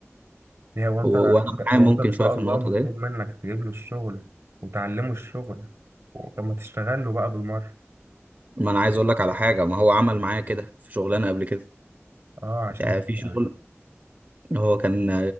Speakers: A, on the right; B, on the right.
A: ليه هو أنت
B: و- وانا معاه
A: هو أنت
B: ممكن
A: إن شاء
B: شويه في
A: الله
B: النقطه
A: مطلوب
B: ديت
A: منك تجيب له الشغل وتعلمه الشغل طب ما تشتغل له بقى بالمرة
B: ما انا عايز اقول لك على حاجه ما هو عمل معايا كده في شغلانه قبل كده
A: آه عشان
B: يعني في
A: كده
B: شغل هو كان